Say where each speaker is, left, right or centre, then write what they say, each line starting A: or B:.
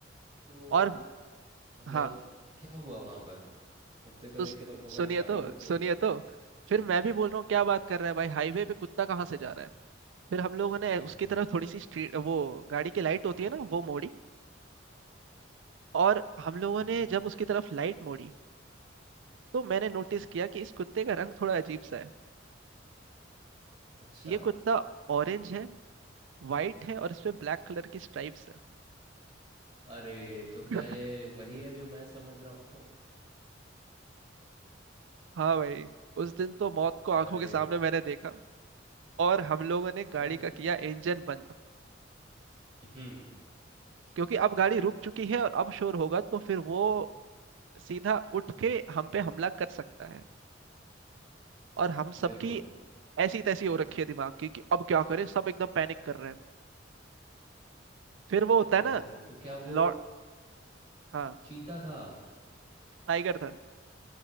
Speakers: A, on the right; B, on the right.
A: तो
B: और
A: मतलब
B: हाँ
A: क्या हुआ वहां पर कुत्ते को
B: तो
A: देख के तो आप लोगों
B: सुनिए
A: ने गाड़ी
B: तो
A: रोकी होगी
B: सुनिए तो फिर मैं भी बोल रहा हूँ क्या बात कर रहा है भाई हाईवे पे कुत्ता कहाँ से जा रहा है फिर हम लोगों ने
A: हम्म
B: उसकी तरफ थोड़ी सी स्ट्रीट वो गाड़ी की लाइट होती है ना वो मोड़ी और हम लोगों
A: हम्म
B: ने
A: हम्म।
B: जब उसकी तरफ लाइट मोड़ी तो मैंने नोटिस किया कि इस कुत्ते का रंग थोड़ा अजीब सा है
A: अच्छा
B: ये कुत्ता ऑरेंज है वाइट है और इस पे ब्लैक कलर की स्ट्राइप्स है
A: अरे तो क्या
B: <laughs>
A: ये वही है जो मैं समझ रहा हूँ
B: हाँ भाई उस दिन तो मौत को आंखों
A: अरे
B: के सामने मैंने देखा और हम लोगों ने गाड़ी
A: और
B: का किया इंजन बंद
A: हम्म
B: क्योंकि अब गाड़ी रुक चुकी है और अब शोर होगा तो फिर वो सीधा उठ के हम पे हमला कर सकता है और हम सबकी
A: बिल्कुल
B: ऐसी तैसी हो रखी है दिमाग की कि अब क्या करें सब एकदम पैनिक कर रहे हैं फिर वो होता
A: ओ
B: है ना
A: तो क्या वो
B: लॉर्ड हाँ
A: चीता था
B: टाइगर था